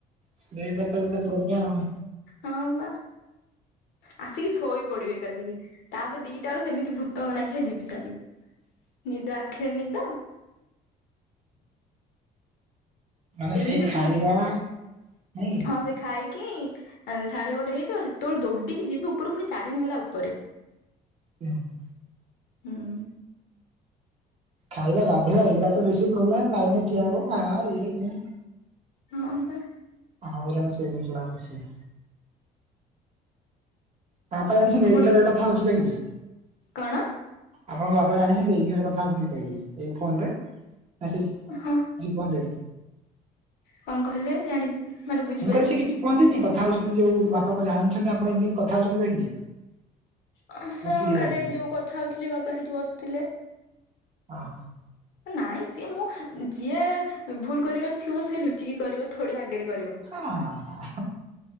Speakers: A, on the right; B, on the left.
A: ସସେଇଟା ତ ଗୋଟେ ପ୍ରୋବ୍ଲେମ
B: ହଁ ବା। ଆସିକି ଶୋଇ ପଡିବି ଏକାଥରକେ ତାପରେ ଦିଟା ବେଳେ ସେମିତି ଭୂତଙ୍କ ନାଖେ ଯିବି ଚାଲିକି। ନିଦ ଆଖଏ ନିଦ
A: ମାନେ
B: ଏମିତି
A: ସେଇ ଖାଇବା ନାଇଁ କି?
B: ଆଉ ସେ ଖାଇକି ସାଢେ ଗୋଟେ ହେଇଥିବ ସେତେବେଳେ ଦୌଡିକି ଯିବି ଉପରୁ ପୁଣି ଚାରି ମହଲା ଉପରେ।
A: <unintelligible>
B: ହୁଁଉଁ
A: ଖାଇବା ଗାଧେଇବା ଏଗୁଡା ତ ବେଶୀ ପ୍ରୋବ୍ଲେଲେମ୍ ଲାଇନରେ ଠିଆ ହବ ଖା ଇଏ ସିଏ।
B: ହଁମ୍ପା
A: ହଁ ଗୁରା ସେଇ ଜିନଷ ଟା ବେଶୀ। ତା ବାପା ଯାଣିଛନ୍ତି
B: ପୁଣି
A: ଏଇଗୁଡାକ ସାଙ୍ଗେ କଥା ହଉଚି କାହିଁକି।
B: କଣ?
A: ଆପଣଙ୍କ ବାପା ଜାଣିଛନ୍ତି, ଏଇ ଖିଣି ରେ କଥା ହଉଛନ୍ତି, କାଇ ଏଇ ଫୋନରେ, ମେସେଜ
B: ଏ ହଁ।
A: ଜୀବନ୍ଦେ।
B: କଣ କହିଲେ ଜାଣି? ମାନେ ବୁଝିପାରିଲିନି।
A: ମୁଁ କହିଲି ସେ କିଛି କୁହନ୍ତିନି, କଥା ହଉଛନ୍ତି ଯୋଉ ବାପା <unintelligible> ଜାଣିଛନ୍ତି ଆପଣ ଏମିତି କଥା ହଉଛନ୍ତି କହିକି।
B: ହଁ,
A: ନା ଚିଡି
B: କାଲି
A: ଯାଆନ୍ତି
B: ଏ ଯୋଉ କଥା ହଉଥିଲି ବାପା ହେଇଠି ବସିୁଥିଲେ।
A: ହଁ।
B: ନାଇଁ ସିଏ ମୁଁ ଯିଏ ଭୁଲ କରିବାର ଥିବ ସିଏ ଲୁଚିକି କରିବ, ଥୋଡି ଆଗରେ କରିବ।
A: ହଁ